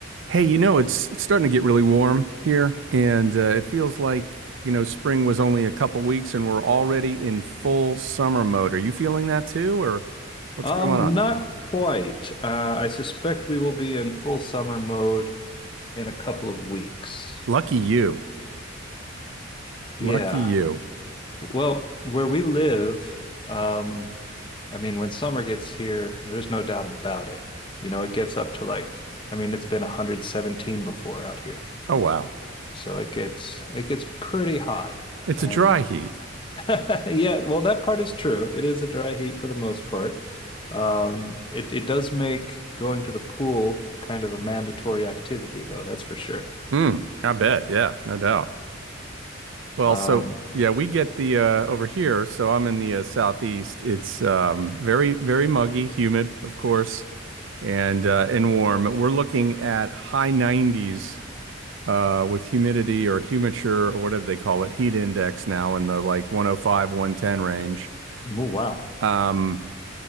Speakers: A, on the right; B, on the left.
A: Hey, you know, it's it's starting to get really warm here, and uh, it feels like, you know, spring was only a couple weeks and we're already in full summer mode. Are you feeling that too, or what's
B: Um,
A: going on?
B: not quite. Uh, I suspect we will be in full summer mode in a couple of weeks.
A: Lucky you.
B: Yeah.
A: Lucky you.
B: Well, where we live, um, I mean, when summer gets here, there's no doubt about it. You know, it gets up to like, I mean, it's been 117 before out here.
A: Oh, wow.
B: So it gets it gets pretty hot.
A: It's
B: And
A: a dry heat.
B: <laughs> Yeah, well, that part is true. It is a dry heat for the most part. Um, it it does make going to the pool kind of a mandatory activity, though, that's for sure.
A: Mm, I bet. Yeah, no doubt. Well,
B: Um,
A: so yeah, we get the uh, over here. So I'm in the uh, southeast. It's um, very, very muggy, humid, of course, and uh, and warm. We're looking at high 90s uh, with humidity or humiture or whatever they call it, heat index now in the like 105, 110 range.
B: Oh, wow.
A: Um,